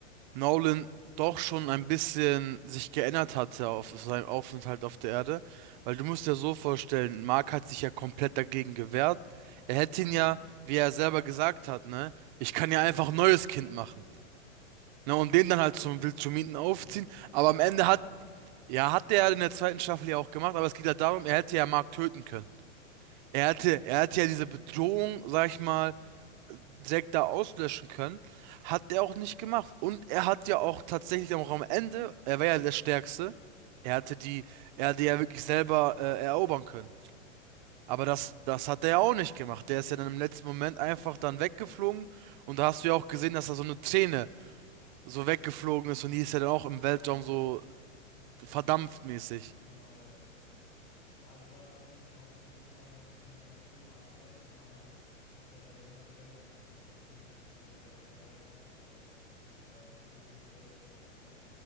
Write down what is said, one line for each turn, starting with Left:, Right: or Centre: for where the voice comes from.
Right: Nolan doch schon ein bisschen sich geändert hatte auf seinem Aufenthalt auf der Erde. Weil du musst dir so vorstellen, Mark hat sich ja komplett dagegen gewehrt. Er hätte ihn ja, wie er selber gesagt hat, ne, ich kann ja einfach ein neues Kind machen. Ne, und den dann halt zum Wildschumieten aufziehen.
Left: naja,
Right: Aber
Left: hat
Right: am Ende
Left: er, hat
Right: hat,
Left: er ja auch irgendwie.
Right: ja, hat er in der zweiten Staffel ja auch gemacht, aber es geht ja darum, er hätte ja Mark töten können.
Left: Das stimmt,
Right: Er hätte,
Left: ja.
Right: er hätte ja diese Bedrohung, sag ich mal, Zack da auslöschen können. Hat er auch nicht gemacht. Und er hat ja auch tatsächlich auch am Ende, er war ja der Stärkste. Er hatte die, er hatte ja wirklich selber äh, erobern können.
Left: Das
Right: Aber
Left: stimmt
Right: das,
Left: auch.
Right: das hat er ja auch nicht gemacht. Der ist ja dann im letzten Moment einfach dann weggeflogen. Und da hast du ja auch gesehen, dass da so eine Träne so weggeflogen ist. Und die ist ja dann auch im
Left: Genau.
Right: Weltraum so verdampft mäßig.
Left: Genau, ja, das stimmt. Ja, also da, da merkt man auch auf jeden Fall, dass ihm dann später alles leid getan hat, was er der ganzen Welt angetan hat, oder zumindestens was er sich dabei gedacht hat, als er äh, versucht hat, die Welt zu erobern.